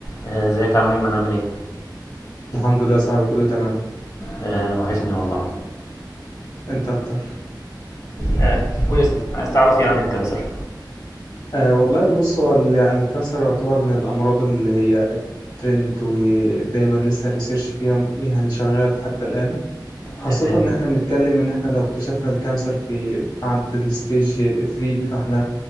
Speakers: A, on the left; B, on the left.
A: آه، ازيك يا عم ايمن عامل ايه؟
B: الحمد لله يا صاحبي كله تمام
A: آه وحشني والله.
B: انت اكتر
A: اه قول يا سيدي عايز تعرف ايه عن الكانسر؟
B: آه والله بص هو ال- يعني الكانسر يعتبر من الامراض اللي هي ترند ودايما لسه الريسيرش فيها م- يعني شغال حتى الان خاصة
A: تمام
B: ان احنا بنتكلم ان احنا لو اكتشفنا الكانسر في بعد الستيج 3 فاحنا